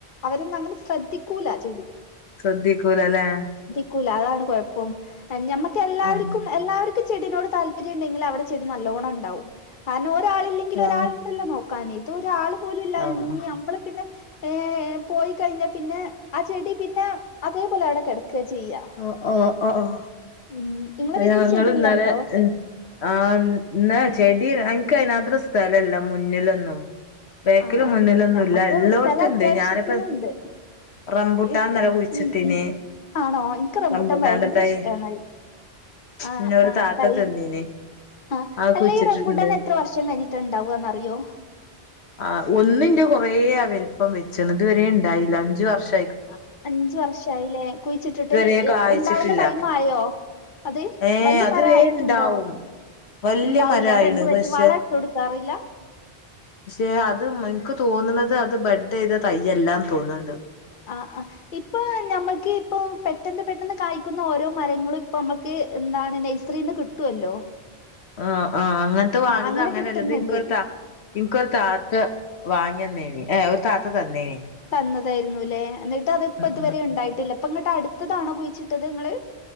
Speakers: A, on the left; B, on the left.
A: അവരൊന്നും അങ്ങനെ ശ്രദ്ധിക്കൂല ചെടി.
B: ശ്രദ്ധിക്കൂല അല്ലേ.
A: ക്കൂലാ അതാണ്കൊഴപ്പം ഞമ്മക്ക് എല്ലാവർക്കും
B: ആഹ്
A: എല്ലാവക്കർ ക്ക് ചെടിനോട് താല്പര്യമുണ്ടെങ്കില് അവിടെ ചെടി നല്ലോണണ്ടാവും കാരണം ഒരാള് ഇല്ലെയ് ങ്കിലൊരാളുണ്ടല്ലോ
B: ആഹ്
A: നോക്കാന് ഇതൊരാള് പോലും ഇല്ല
B: ആഹ്
A: ഇനി നമ്മള് പിന്നെ ഏഹ് പോയികഴിഞ്ഞാ പിന്നെ ആഹ് ചെടിപിന്നെ അതേപോലെഅവിടെ കെടക്കാ ചെയ്യാ.
B: ആഹ് ആഹ് ആ ആഹ്
A: ഉം നിങ്ങളെ വീട്ടില്
B: ഞങ്ങള്
A: ചെടി
B: ഇന്നലെ
A: എല്ലാം ഉണ്ടോ
B: ഉം. ആഹ് എന്നാ ചെടി എനിക്ക് ആയി നുമാത്ര സ്ഥലം ഇല്ലല്ല മുന്നിലൊന്നും. ബേക്കിലും
A: ആ അൻ-
B: മുന്നിലൊന്നുല്ല
A: ഞമ്മക്ക്
B: ഇല്ലോട്ത്ത്ണ്ട്
A: സ്ഥലം അത്യാവശ്യത്തിനുണ്ട്
B: ഞാനിപ്പോ റംമ്പുട്ടാന്നെല്ലെ
A: ഇഷ്ട
B: കുഴിച്ചിട്ടീന്
A: ഉം ഉം ആണോ ഇനിക്ക് റംപുട്ടാൻ
B: റംബൂട്ടാന്റെ
A: ഭയങ്കരഷ്ടാണഹ്
B: തൈ
A: ആഹ്
B: ഇന്നോരു
A: ആഹ്
B: താത്ത
A: തൈ
B: തന്നീന്
A: ആഹ്
B: അത്
A: അല്ല
B: കുഴിച്ചിട്ടിട്ടുണ്ട്
A: ഈ റംബുട്ടാനെത്ര വർഷം കഴിഞ്ഞിട്ടാണ്ടാവാന്നറിയോ
B: ആഹ് ഒന്നിന്റെ കൊറേ ആഹ് വെല്പം വെച്ച് ഇത് വരെണ്ടായില്ല അഞ്ചു വർഷം
A: ഉം അഞ്ച് വർഷായിലേ കുഴിച്ചിട്ടിട്ട്
B: ഇതുവരെ കായ്ച്ചിട്ടില്ല
A: ഇണ്ടാവ്ണ ടൈംമായോ ഇത്
B: ഏ
A: വല്ലൃ
B: അത്
A: മരായിട്ടുണ്ടോ
B: വേം ഇണ്ടാവും വല്യ
A: ഇണ്ടാവൂലാ
B: മരായിണ്
A: അപ്പൊന്തെപറ്റി
B: പക്ഷെ
A: വളട്ടൊട്ക്കാറില്ല
B: ക്ഷേ അത് മൻക്ക് തോന്നുന്നത് അത് ബെഡ്ഡയ്ത തയ്യല്ലാ തോന്ന്ണ്ട്
A: ആഹ് ആഹ് ഇപ്പൊ ഞമ്മക്ക് ഇപ്പൊ പെട്ടെന്ന് പെട്ടെന്ന് കായ്ക്കുന്ന ഓരോ മരങ്ങളും പ്പമ്മക്ക് എന്താണ് നൈസ് ത്രീന്ന് കിട്ടൊല്ലോ
B: ആഹ് ആഹ് അങ്ങൻത്തെ വാങ്ങിത്
A: അങ്ങനെ
B: ഇതങ്ങനല്ല
A: കിട്ടുന്നുണ്ട്
B: ഇതിൻക്കൊരു ത ഇനിക്കൊരു താത്ത വാങ്ങിയന്നേണ് ഏഹ് ഒരുതാത്ത തന്നേണ്
A: തന്നതായിരുന്നുല്ലേ ന്ന്ട്ടത്പ്പ ഇതുവരെണ്ടായിട്ടില്ല
B: ഉം
A: പ്പന്ന്ട്ടടുത്തതാണോ കുഴിച്ചിട്ടത് ങ്ങള്